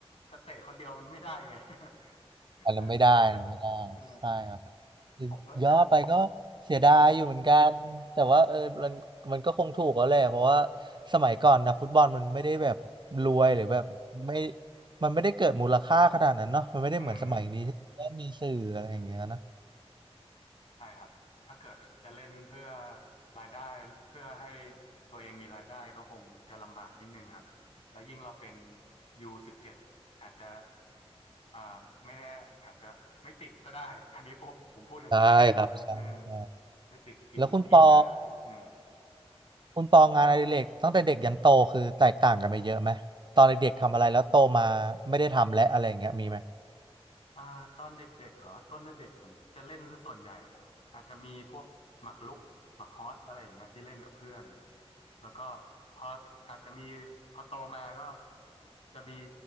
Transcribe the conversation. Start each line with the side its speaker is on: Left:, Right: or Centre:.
Left: แต่เตะคนเดียวมันไม่ได้ไง <laughs>
Right: อันนั้นไม่ได้นะไม่ได้ใช่ครับ
Left: เออผมก็
Right: ย่อไปก็เสียดายอยู่เหมือนกันแต่ว่าเออมันมันก็คงถูกแล้วแหละเพราะว่า
Left: อืม
Right: สมัยก่อนนะฟุตบอลมันไม่ได้แบบรวยหรือแบบไม่มันไม่ได้เกิดมูลค่าขนาดนั้นเนาะมันไม่ได้เหมือนสมัยนี้ที่ก็มีสื่ออะไรอย่างเงี้ยนะ
Left: อืม อืมใช่ครับถ้าเกิดจะเล่นเพื่อรายได้เพื่อให้ตัวเองมีรายได้ก็คงจะลำบากนิดนึงครับแล้วยิ่งเราเป็น U17 อาจจะอ่าไม่แน่อาจจะไม่ติดก็ได้อันนี้ผมผมพูดกลางๆอืม
Right: ใช่ครับใช่ใช่
Left: ไม่ติดทีมทีมใหญ่อืม
Right: แล้วคุณปอคุณปองานอดิเรกตั้งแต่เด็กยันโตคือแตกต่างกันไปเยอะไหมตอนเด็กๆทำอะไรแล้วโตมาไม่ได้ทำและอะไรอย่างเงี้ยมีไหม
Left: อ่าตอนเด็กๆเหรอตอนเด็กๆผมจะเล่นซะส่วนใหญ่อะอาจจะมีพวกหมากรุกหมากฮอสอะไรอย่างเงี้ยที่เล่นกับเพื่อนแล้วก็พออาจจะมีพอโตมาก็จะมี